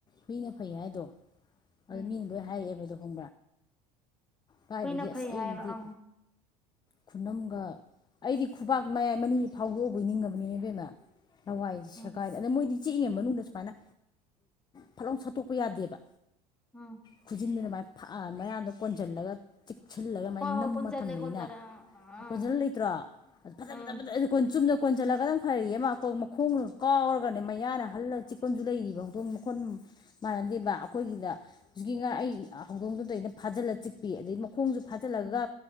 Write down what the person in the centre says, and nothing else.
ꯎꯝ
ꯍꯨꯏꯅ
ꯐꯩ
ꯍꯥꯏꯌꯦꯕ ꯑꯪ
ꯎꯝ
ꯎꯝ
ꯍꯣꯏ ꯍꯣꯏ
ꯀꯣꯟꯖꯜꯂꯦ
ꯀꯣꯟꯖꯜꯂꯦ ꯑꯪ ꯑꯪ ꯎꯝ
ꯎꯝ
ꯎꯝ